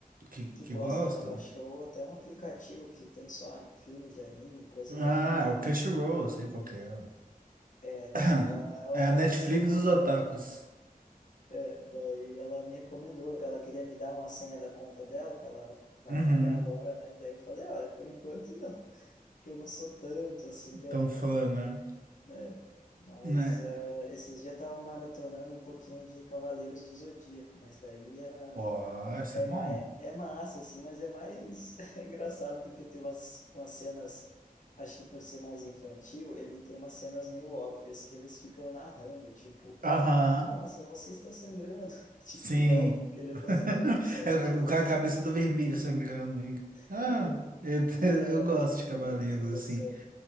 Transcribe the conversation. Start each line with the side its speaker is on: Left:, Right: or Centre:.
Right: que,
Left: que
Right: que
Left: gosta,
Right: gosto.
Left: ela baixou até um aplicativo que tem só filme de anime, coisa de anime.
Right: Ah, é o Crunchyroll, eu sei qual que é. ué.
Left: É, daí
Right: <clears throat>
Left: ela, ela
Right: É
Left: tava
Right: a Netflix
Left: me recomendando,
Right: dos otakus.
Left: né? É, daí ela me recomendou, ela queria me dar uma senha da conta dela, que ela vai
Right: Uhum.
Left: pagar agora, né? Daí eu falei, olha, por enquanto não, porque eu não sou tanto assim de anime,
Right: Tão fã,
Left: né?
Right: né?
Left: Né? Mas
Right: Né?
Left: eh, esses dias eu tava maratonando um pouquinho de Cavaleiros do Zodíaco, mas daí era
Right: Ó, isso
Left: É,
Right: é bom.
Left: mais, é massa, assim, mas é mais <laughs> é engraçado porque tem umas, umas cenas, acho que por ser mais infantil, ele tem umas cenas meio óbvias que eles ficam narrando, tipo,
Right: Aham.
Left: nossa, você está sangrando. <laughs> Tipo,
Right: Sim.
Left: e é óbvio que ele
Right: <laughs>
Left: está sangrando, sabe?
Right: É o
Left: Tipo,
Right: cara com a cabeça do vermelho sangrando. e-
Left: <laughs>
Right: Ah, eu, <laughs>
Left: ai,
Right: eu gosto de cavaleiros,
Left: é muito engraçado.
Right: assim.